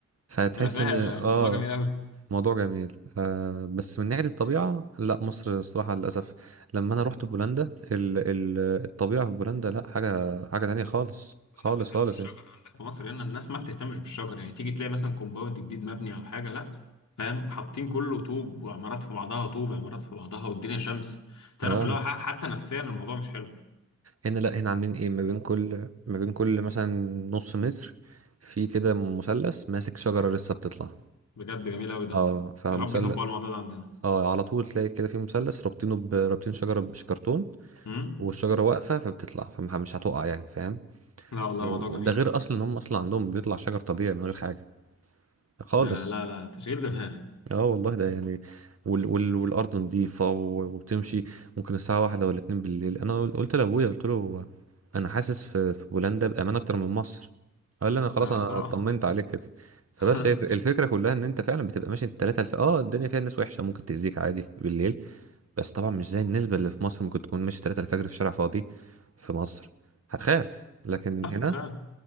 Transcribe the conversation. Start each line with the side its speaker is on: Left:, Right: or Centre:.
Right: فتحس
Left: انا فاهم
Right: ان
Left: الموضوع
Right: اه
Left: جميل قوي
Right: موضوع جميل آه بس من ناحيه الطبيعه لا مصر الصراحه للاسف لما انا رحت بولندا ال... ال... الطبيعه في بولندا لا حاجه حاجه تانية خالص
Left: والناس
Right: خالص
Left: بتهتم
Right: خالص
Left: بالشجر
Right: يعني
Left: عندك في مصر هنا الناس ما بتهتمش بالشجر يعني تيجي تلاقي مثلا كومباوند جديد مبني او حاجه لا فاهم حاطين كله طوب وعمارات في بعضها طوب عمارات في بعضها والدنيا شمس تعرف
Right: اه
Left: اللي هو ح- حتى نفسيا الموضوع مش حلو
Right: هنا لا هنا عاملين ايه ما بين كل ما بين كل مثلا نص متر في كده مثلث ماسك شجرة لسه بتطلع
Left: بجد جميل قوي ده
Right: اه فمثلث
Left: يا رب يطبقوا الموضوع ده عندنا
Right: اه على طول تلاقي كده في مثلث رابطينه ب... رابطين شجرة بشكرتون
Left: امم
Right: والشجرة واقفة فبتطلع فمش هتقع يعني فاهم
Left: لا والله
Right: و-
Left: موضوع جميل
Right: وده غير اصلا ان هم اصلا عندهم بيطلع شجر طبيعي من غير حاجة خالص
Left: ده لا لا تشغيل دماغ
Right: اه والله ده يعني وال وال والارض نظيفه و- وتمشي ممكن الساعه واحدة ولا اتنين بالليل انا قل- قلت لابويا قلت له انا حاسس في في بولندا بامان اكتر من مصر قال لي انا خلاص
Left: آه،
Right: انا
Left: طبعا
Right: طمنت عليك كده فبس
Left: <laughs>
Right: هي الفكره كلها ان انت فعلا بتبقى ماشي التلاته الف... اه الدنيا فيها ناس وحشه ممكن تاذيك عادي في- بالليل بس طبعا مش زي النسبه اللي في مصر ممكن تكون ماشي تلاته الفجر في شارع فاضي في مصر هتخاف لكن
Left: صح
Right: هنا
Left: فعلا